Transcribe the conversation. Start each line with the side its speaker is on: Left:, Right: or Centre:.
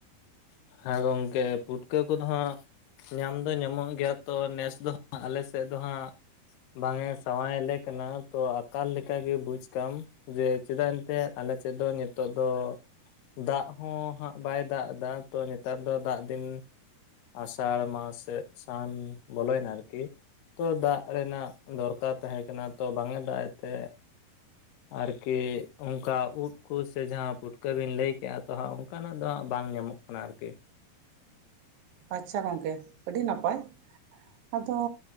Left: ᱠᱚᱣᱟ᱾ ᱦᱮᱸ ᱜᱚᱝᱠᱮ ᱯᱩᱴᱠᱟᱹ ᱠᱚᱫᱚ ᱦᱟᱸᱜ ᱧᱟᱢ ᱫᱚ ᱧᱟᱢᱚᱜ ᱜᱮᱭᱟ, ᱛᱚ ᱱᱮᱥ ᱫᱚ ᱦᱟᱸᱜ ᱟᱞᱮᱥᱮᱫ ᱫᱚ ᱦᱟᱸᱜ- ᱵᱟᱝᱮ ᱥᱟᱶᱟᱭᱟᱞᱮ ᱠᱟᱱᱟ ᱛᱚ ᱟᱠᱟᱞ ᱞᱮᱠᱟᱜᱮ ᱵᱩᱡᱽ ᱠᱟᱢ ᱾ ᱡᱮ ᱪᱮᱫᱟᱜ ᱮᱱᱛᱮᱫ ᱟᱞᱮ ᱥᱮᱫ ᱫᱚ ᱱᱤᱛᱚᱜ ᱫᱚ ᱫᱟᱜ ᱦᱚᱸ ᱦᱟᱸᱜ ᱵᱟᱭ ᱫᱟᱜ ᱫᱟ ᱛᱚ ᱱᱮᱛᱟᱨ ᱫᱚ ᱫᱟᱜ ᱫᱤᱱ ᱟᱥᱟᱲ ᱢᱟᱥ ᱥᱮ ᱥᱟᱱ ᱵᱚᱞᱚᱭᱱᱟ ᱟᱨᱠᱤ ᱾ ᱛᱚ ᱫᱟᱜ ᱨᱮᱱᱟᱜ ᱫᱚᱨᱠᱟᱨ ᱛᱟᱦᱮᱸ ᱠᱟᱱᱟ ᱛᱚ ᱵᱟᱝ ᱮ ᱫᱟᱜ ᱮᱫ ᱛᱮ ᱟᱨᱠᱤ ᱚᱝᱠᱟ ᱩᱫ ᱠᱚ ᱥᱮ ᱡᱟᱦᱟᱸ ᱯᱩᱴᱠᱟᱹᱵᱤᱱ ᱞᱟᱹᱭ ᱠᱮᱜ-ᱟ ᱛᱚ ᱦᱟᱸᱜ ᱚᱝᱠᱟᱱᱟᱜ ᱫᱚ ᱦᱟᱸᱜ ᱵᱟᱝ ᱧᱟᱢᱚᱜ ᱠᱟᱱᱟ ᱟᱨᱠᱤ ᱾
Right: ᱟᱪᱪᱷᱟ ᱜᱚᱝᱠᱮ ᱟᱹᱰᱤ ᱱᱟᱯᱟᱭ ᱾ ᱟᱫᱚ